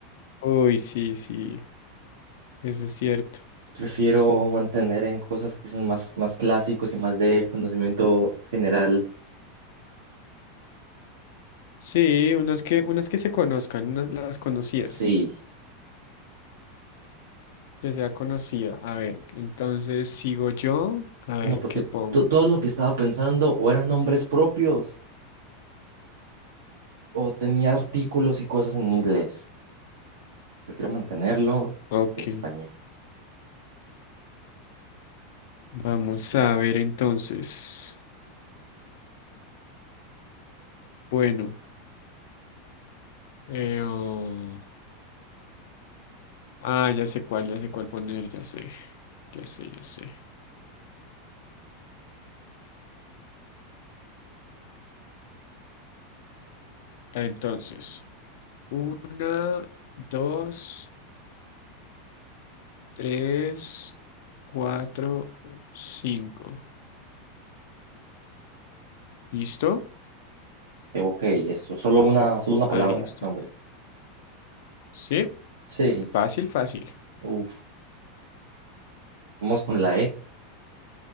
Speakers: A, on the left; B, on the right.
A: Uy, sí, sí, eso es cierto.
B: Prefiero mantener en cosas que son más, más clásicos y más de conocimiento general,
A: Sí, unas que, unas que se conozcan, unas las conocidas,
B: sí,
A: que sea conocida. A ver, entonces sigo yo, a
B: sino
A: ver
B: porque
A: qué pongo.
B: to- todo lo que estaba pensando o eran nombres propios o tenía artículos y cosas en inglés. Prefiero mantenerlo
A: Ok,
B: en español.
A: vamos a ver entonces. Bueno, eh, oh, ah, ya sé cuál, ya sé cuál poner, ya sé, ya sé, ya sé. Entonces, una, dos, tres, cuatro, cinco. ¿Listo?
B: Eh, ok, eso, solo una, solo una palabra,
A: Ahí está.
B: el nombre.
A: ¿Sí?
B: Sí,
A: Fácil, fácil.
B: uf, vamos con la E,